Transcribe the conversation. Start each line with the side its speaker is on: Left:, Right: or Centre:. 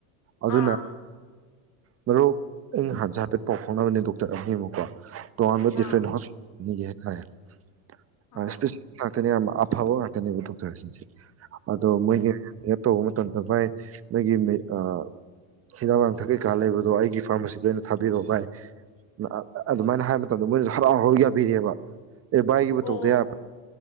Right: ꯑꯗꯨꯅ
Left: ꯑꯥ
Right: ꯃꯔꯨꯞ ꯑꯩꯩ ꯅꯍꯥꯟꯁꯦ ꯍꯥꯏꯐꯦꯠ ꯄꯥꯎ ꯐꯥꯎꯅꯕꯅꯦ ꯗꯣꯛꯇꯔ ꯑꯅꯤꯅꯦꯕꯀꯣ ꯇꯣꯉꯥꯟꯕ
Left: ꯑꯥ
Right: ꯗꯤꯐ꯭ꯔꯦꯟ ꯍꯣꯁ ꯑꯅꯤꯖꯦ <unintelligible>
Left: ꯑꯥ
Right: ꯑ ꯁ꯭ꯄꯦꯁ꯭ꯌꯦꯂꯤ ꯉꯥꯛ ꯇꯅꯦꯕ ꯑꯐꯕ ꯉꯥꯛꯇꯅꯦꯕ ꯗꯣꯛꯇꯔꯁꯤꯡꯁꯦ ꯑꯗꯣ
Left: ꯑꯣ
Right: ꯃꯣꯏꯒꯤ ꯑꯦꯞ ꯇꯧꯕ ꯃꯇꯝꯗ ꯚꯥꯏ ꯅꯣꯏꯒꯤ ꯃꯤ ꯑꯥ ꯍꯤꯗꯥꯛ ꯂꯥꯡꯊꯛ ꯀꯩꯀꯥ ꯂꯩꯕꯗꯣ ꯑꯩꯒꯤ ꯐꯥꯔꯝꯃꯥꯁꯤꯗ ꯑꯣꯏꯅ ꯊꯥꯕꯤꯔꯛꯑꯣ ꯚꯥꯏ ꯑ ꯑꯗꯨꯃꯥꯏꯅ ꯍꯥꯏꯕ ꯃꯇꯝꯗ ꯃꯣꯏꯅꯁꯨ ꯍꯔꯥꯎ ꯍꯔꯥꯎ ꯌꯥꯕꯤꯔꯛꯑꯦꯕ ꯑꯦ ꯚꯥꯏꯒꯤꯕꯨ
Left: ꯑꯣ
Right: ꯇꯧꯗ ꯌꯥꯕ꯭ꯔꯣ